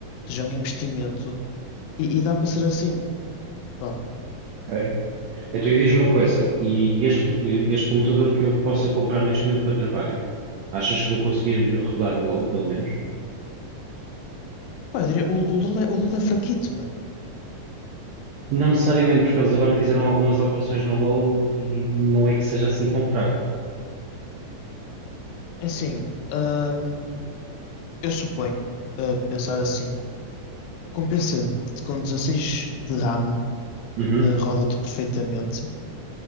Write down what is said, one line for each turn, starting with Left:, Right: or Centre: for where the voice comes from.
Left: Seja um investimento e, e dá para ser assim. Pá,
Right: ok. Então e diz-me uma coisa, e este, eh, este computador que eu possa comprar neste momento para trabalho, achas que vou conseguir rodar o LoL, pelo menos?
Left: pá, eu diria, o, o LoL é, o LoL é fraquito, não é?
Right: Não necessariamente, porque eles agora fizeram algumas alterações no LoL e não é que seja assim tão fraco.
Left: É assim, hum, Eu suponho, a pensar assim, com PC de- com 16 de RAM,
Right: Uhum,
Left: eh, roda-te perfeitamente.